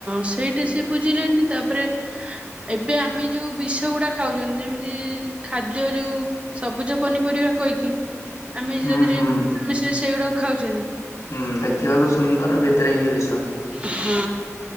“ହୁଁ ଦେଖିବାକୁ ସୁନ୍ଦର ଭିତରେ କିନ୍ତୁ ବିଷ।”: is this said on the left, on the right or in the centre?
Left